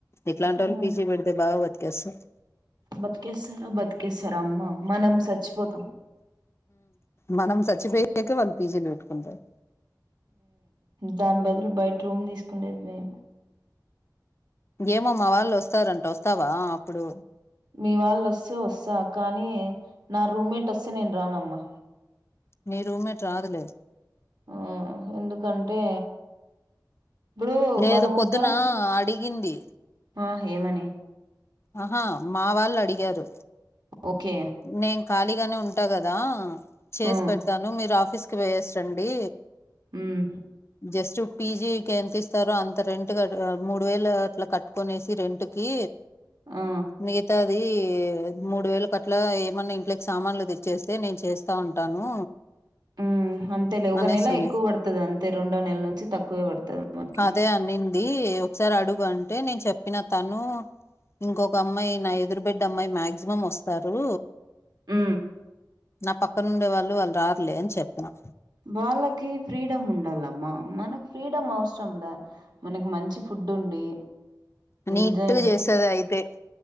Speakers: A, on the left; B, on the right.
A: ఇట్లాంటి
B: ఉమ్,
A: వాళ్ళు పీజీ పెడితే బాగాద్ ఒకే సార్
B: బతికేస్తారా బతికేస్తారా అమ్మ మనం చచ్చిపోతాం
A: మనం చచ్చిపోయాక వాళ్ళు పీజీలు పెట్టుకుంటారు
B: దాని బదులు బయట రూమ్ తీసుకుండేది మేము
A: ఏమో మా వాళ్ళు వస్తారంట వస్తావా అప్పుడు
B: మీ వాళ్ళ వస్తే వస్తా కానీ నా రూమ్మేట్ వస్తే నేను రానమ్మా
A: నీరుూమెట్ రాదులే
B: ఆ ఎందుకంటే ఇప్పుడు
A: లేదు
B: మన ముగ్గురం
A: పొద్దున అడిగింది
B: ఆ ఏమని
A: ఆహా మా వాళ్ళు అడిగారు
B: ఒకే
A: నేను ఖాళీగానే ఉంటా కదా చేసి
B: ఆ
A: పెడతాను మీరు ఆఫీస్ కి వేస్ండి
B: హమ్
A: జస్ట్ పీజికి ఎంత ఇస్తారో అంత రెంట్ క మూడు వేలు అట్లా కట్టుకొనేసి రెంట్ కి
B: ఆ
A: మిగతా అది మూడు వేలు కట్ల ఏమన్నా ఇంట్లోకి సామాన్లు తెచ్చేస్తే నేను చేస్తా ఉంటాను
B: ఉ అంతే లే ఉగానే
A: అనేసని
B: ఎల్లా ఎక్కువ పడుతది అంత తే రెండో నెలల నుంచి తక్కువే పడుతుంది మకి
A: అదే అనింది ఒకసారి అడుగు అంటే నేను చెప్పిన తను ఇంకొక అమ్మాయి నా ఎదురు బిడ్డ అమ్మాయి మాక్సిమం వస్తారు
B: ఆ
A: నా పక్క నుండే వాళ్ళు వాళ్ళు రారలే అని చెప్పతున్నా
B: బాలకి ఫ్రీడ్ ఉండాలమ్మా మనకి ఫ్రీడమ్ అవసరంలా మనకి మంచి ఫుడ్ ఉండి
A: అ నీట్టు
B: ఎంజాయ్ ఉంటే
A: చేసది అయితే